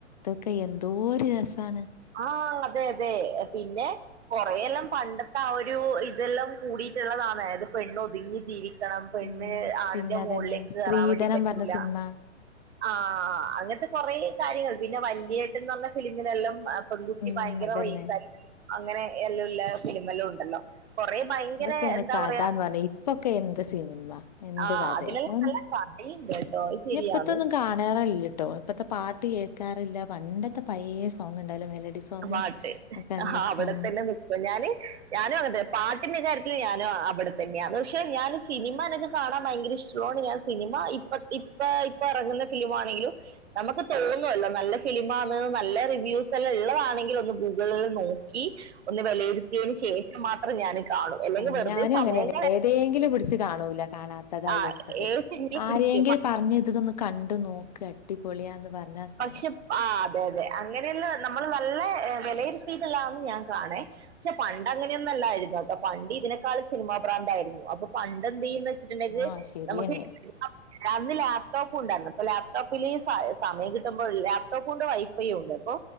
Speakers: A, on the left; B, on the right.
A: കൈ എന്തൊരു രസമാണ്
B: ആഹ് അതെ അതെ പിന്നെ കൊറെയെല്ലാം പണ്ടത്തെ ആ ഒരു ഇതെല്ലാം കൂടി <unintelligible> ള്ളതാണ് അത് പെണ് ഒതുങ്ങി ജീവിക്ക ണം പെണ്ണ്
A: ഉം
B: ആണിൻ്റെ
A: പിന്നെ അതന്നെ
B: മുകളിലേക്ക്
A: സ്ത്രീധനം
B: കേറാൻ വേണ്ടി പറ്റില്ല
A: പറഞ്ഞ സിനിമ
B: ആ അങ്ങനത്തെ കൊറെ കാര്യങ്ങൾ പിന്നെ വല്യേട്ടൻ എന്ന് പറഞ്ഞ ഫിലിമിനെല്ലാം പെൺകുട്ടി
A: ഉം
B: ഭയങ്കര
A: അതന്നെ
B: റൈസായിട്ട് <unintelligible> അങ്ങനെ എല്ലാം ഉള്ള ഫിലിമെല്ലാം ഉണ്ടല്ലോ കൊറേ ഭയങ്കര
A: അതൊക്കെ ആണ്
B: എന്താ
A: കഥ
B: പറയാ
A: എന്ന് പറഞ്ഞ ഇപ്പൊക്കെ എന്ത് സിനിമ എന്ത്
B: ആഹ്
A: കഥയ
B: അതിലെല്ലാം
A: ഞാൻ
B: നല്ല കഥയുണ്ട് കേട്ടോ അത് ശരിയാണ്
A: ഇപ്പത്തെയൊന്നും കാണാറില്ല കേട്ടോ ഇപ്പഴത്തെ പാട്ട് കേൾക്കാറില്ല പണ്ടത്തെ പയ സോങ് ഉണ്ടല്ലോ മെലഡി സോങ്
B: പാട്ട്
A: ഒക്കെല്ല
B: ആ അവിടെത്തന്നെ
A: ഉം
B: നിക്കും ഞാന് ഞാനും അങ്ങനെത്തന്നെ പാട്ടിന്റെ കാര്യ ത്തിൽ ഞാനും അവിടെ തന്നെയാണ് പക്ഷെ ഞാൻ സിനിമ എനിക്ക് കാണാൻ ഭയങ്കര ഇഷ്ടമുള്ളോണ്ട് ഞാന് സിനിമ ഇപ്പ ഇപ്പ ഇപ്പൊ ഇറങ്ങുന്ന ഫിലിം ആണെങ്കിലും നമുക്ക് തോന്നുവല്ലോ നല്ല ഫിലിമാന്ന് നല്ല റി വ്യൂസ്സ്ള്ളെള്ളതാണെങ്കിലൊന്ന് ഗൂഗിളൊന്ന്നോക്കി വിലയിരുന്നതിയതിനു ശേഷം മാത്രം കാണും അല്ലെങ്കിൽ
A: ആ
B: വെറുതെ
A: ഞാനും
B: സമയം
A: അങ്ങനെന്നെ
B: കളയാൻ
A: ഏതേങ്കിലും പിടിച്ച് കാണൂല കാണാത്തതാ
B: ആ
A: വിചാരിച്ചിട്ട്
B: ഏത് സിനിമയിലും
A: ആ
B: പിടിച്ചിട്ട്
A: എങ്കിലിപറഞ്ഞതിലൊന്ന് കണ്ടു നോക്ക് അട്ടിപൊളിയാന്ന് പറഞ്ഞാ കാണു
B: പക്ഷെ ആ അതെ അങ്ങനെയുള്ള നമ്മള്മാ ല്ലെ വെലയിരുത്തിയിട്ടില്ലാന്ന് ഞാൻ കാണെ പക്ഷെ പണ്ടങ്ങനെയൊന്നല്ലായിരുന്നുട്ടോ പണ്ട്തിനേക്കായും സിനിമാഭ്രാന്തായിരുന്നു അപ്പൊ പണ്ട് എന്തൈനി വെച്ചിട്ടുണ്ടെങ്കി
A: ആഹ് ശരിയന്നെ
B: നമ്മക്ക് <unintelligible> അന്ന് ലാപ്ടോപ്പ്ണ്ടായിരുന്നു പ്പൊ ലാപ്ടോപ്പില് സമ സമയംകിട്ടുമ്പോ ലാപ്ടോപ്പുണ്ട് വൈഫൈയൂണ്ട് ഹൊ